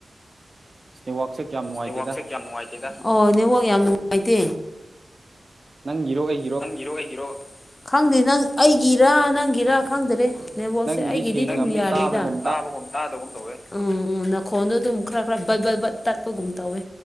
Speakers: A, on the right (about 40°); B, on the left (about 35°).
A: ꯑꯁ ꯅꯦꯠꯋꯥꯛꯁꯦ ꯀꯌꯥꯝ ꯅꯨꯡꯉꯥꯏꯇꯦꯗ
B: ꯅꯦꯠꯋꯥꯛꯁꯤ ꯀꯌꯥ ꯅꯨꯡꯉꯥꯏꯇꯦꯗ ꯑꯣ ꯅꯦꯠꯋꯥꯛ ꯌꯥꯝ ꯅꯨꯡꯉꯥꯏꯇꯦ
A: ꯅꯪꯒꯤꯔꯣ ꯑꯩ
B: ꯅꯪꯒꯤꯔꯣ ꯑꯩꯒꯤꯔ ꯈꯪꯗꯦ ꯅꯪ ꯑꯩꯒꯤꯔ ꯅꯪꯒꯤꯔ ꯈꯪꯗꯔꯦ
A: ꯅꯪꯒꯤꯗꯤ
B: ꯑꯩꯒꯤꯗꯤ
A: ꯁꯦꯡꯅ
B: ꯑꯗꯨꯝ
A: ꯑꯃꯨꯛ
B: ꯌꯥꯔꯤꯗ
A: ꯇꯥꯕꯒꯨꯝ
B: ꯇꯥꯕꯒꯨꯝ ꯇꯥꯗꯒꯨꯝ ꯇꯧꯋꯦ ꯎꯝ ꯎꯝ ꯅꯥꯈꯣꯟꯗꯣ ꯑꯗꯨꯝ ꯈꯔ ꯈꯔ ꯕꯠ ꯕꯠ ꯕꯠ ꯇꯠꯄꯒꯨꯝ ꯇꯧꯋꯦ